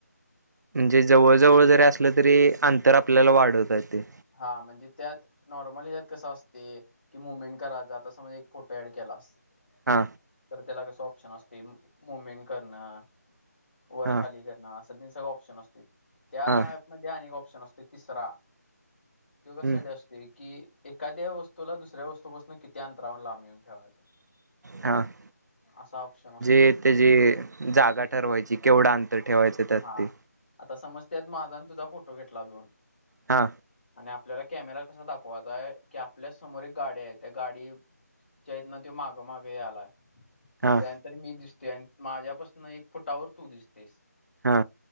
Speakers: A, on the right; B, on the left.
A: म्हणजे जवळ जवळ जरी असलं तरी अंतर आपल्याला वाढवत य ते
B: हा म्हणजे त्यात नॉर्मली यात कसं असतंय की मुवमेंट करायचात एक फोटो ऍड केलास -
A: हा
B: तर त्याला कस ऑप्शन असते मुवमेंट करणं वर
A: हा
B: खाली क असं तन सगळ ऑप्शन असतेात त्या
A: हा
B: ऍपमध्ये अनेक ऑप्शन असते तिसरा त्यो काशासाठी
A: हम्म
B: असतोय की, एकाद्या वस्तूला दुसऱ्या वस्तूपासनं किती अंतरावर लांब येऊन ठेवायचा.
A: हां-
B: असा ऑप्शन- असतोय
A: जे
B: तो
A: ते जे जागा ठरवायची केवढं अंतर ठेवायचं त्यात
B: हा
A: ते
B: आता समज त्यात महाजाने तुझा फोटो घेतला दोन
A: हा
B: आणि आपल्याला कॅमेरा कसा दाखवायचा आहे की आपल्या समोर एक गाडी्या आहे त्या गाडी च्याहीतनं त्यो मागं मागं यालायं-
A: हा
B: त्यानंतर मी दिसते आणि माझ्यापासन एक फुटावर तू दिसतेस
A: हा